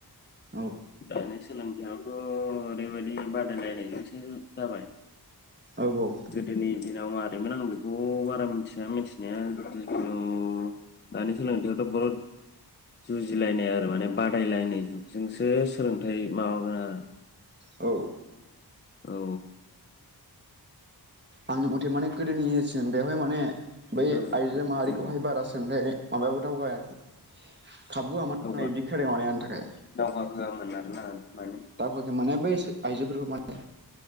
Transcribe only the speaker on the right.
औ
औ औ
औ
आंनि मथे माने गोदोनि जों बेवहाय माने बै
आइजो
माहारिखौहाय
बारा सोंलोंथाइ। माबायावबो दावगायाखै खाबु होआमोन होननाय
बिदि खोनायाव माने आंनि थाखाय
दावखोयाखै माने बै आइजोफोरखौ माने